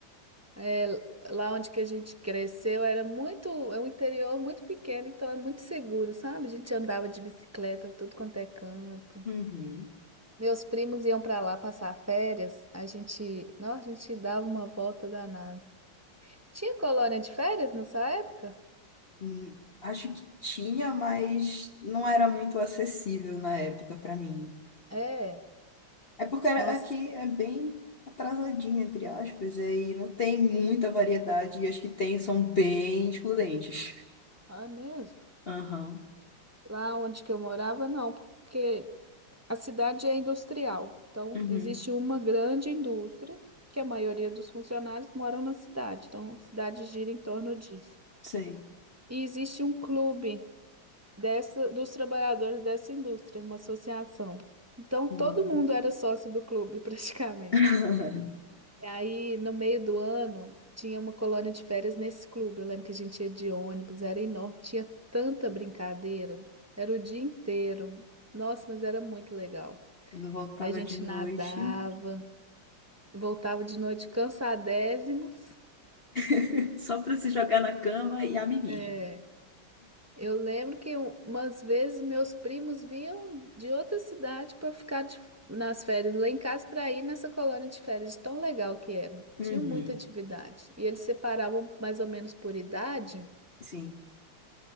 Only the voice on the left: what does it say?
uhum.
Hum, Acho que tinha, mas não era muito acessível na época pra mim.
É porque era-
aqui é bem atrasadinha, entre aspas, e aí não tem muita variedade, e as que tem são bem excludentes.
Aham.
Uhum.
Sei.
Hum.
<laughs>
Quando eu voltava
de noite,
<laughs> só pra se jogar na cama e a mimir.
Uhum.
Sim.